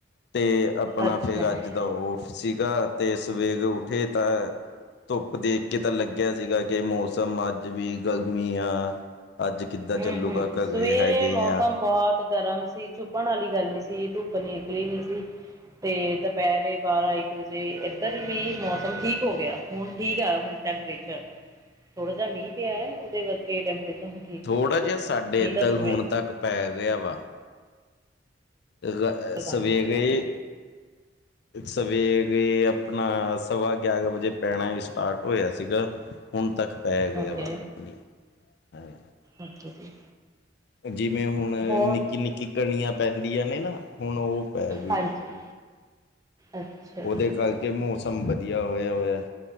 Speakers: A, on the left; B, on the right.
A: ਤੇ ਆਪਣਾ
B: ਅੱਛਾ
A: ਫੇਗ ਅੱਜ
B: ਜੀ
A: ਦਾ ਔਫ ਸੀਗਾ ਤੇ ਸਵੇਰੇ ਉੱਠੇ ਤਾਂ ਧੁੱਪ ਦੇਖ ਕੇ ਤਾਂ ਲੱਗਿਆ ਸੀਗਾ ਕਿ ਮੌਸਮ ਅੱਜ ਵੀ ਗਰਮੀ ਆ ਅੱਜ ਕਿੱਦਾਂ
B: ਹੂੰ
A: ਚੱਲੂਗਾ?
B: ਹੂੰ
A: ਘਰੇ
B: ਸਵੇਰੇ
A: ਹੈਗੇ
B: ਮੌਸਮ
A: ਆ
B: ਬਹੁਤ ਗਰਮ ਸੀ ਚੂਭਣ ਆਲੀ ਗਰਮੀ ਸੀ ਧੁੱਪ ਨੀ ਨਿਕਲੀ ਨੀ ਸੀ। ਤੇ ਦੁਪਹਿਰੇ ਬਾਰਾਂ-ਇੱਕ ਵਜੇ ਏਧਰ ਵੀ ਮੌਸਮ ਠੀਕ ਹੋ ਗਿਆ ਹੁਣ ਠੀਕ ਅ ਹੁਣ ਟੈਂਪਰੇਚਰ, ਥੋੜਾ ਜਯਾ ਮੀਂਹ ਪਿਆ ਉਹਦੇ ਕਰਕੇ ਇਹ ਟੈਂਪਰੇਚਰ ਹੁਣ ਠੀਕ
A: ਥੋੜ੍ਹਾ
B: ਹੋ ਗਿਆ
A: ਜਯਾ ਸਾਡੇ
B: ਨਹੀਂ
A: ਇੱਦਰ
B: ਤਾਂ ਸਵੇਰ
A: ਹੁਣ ਤੱਕ ਪੈ ਰਿਆ ਵਾ। ਰ, ਅ,
B: ਬੰਦ
A: ਸਵੇਰੇ
B: ਹੋ ਗਿਆ ਹੁਣ
A: ਸਵੇਰੇ ਅਪਣਾ ਸਵਾ ਗਿਆਰਾਂ ਵਜੇ ਪੈਣਾ ਈ ਸਟਾਰਟ ਹੋਇਆ ਸੀਗਾ। ਹੁਣ ਤੱਕ ਪੈ ਗਿਆ
B: ਓਕੇ
A: ਵਾ ਮੀਂਹ।
B: ਓਕੇ ਜੀ।
A: ਜਿਵੇਂ ਹੁਣ
B: ਹੋਰ
A: ਨਿੱਕੀ-ਨਿੱਕੀ ਕਣੀਆਂ ਪੈਂਦੀਆਂ ਨੇ ਨਾ ਹੁਣ ਉਹ ਪੈ ਗਈ
B: ਹਾਂਜੀ।
A: ਨੇ
B: ਅੱਛਾ
A: ਉਹਦੇ
B: ਜੀ
A: ਕਰਕੇ ਮੌਸਮ ਵਧੀਆ ਹੋਇਆ ਹੋਇਆ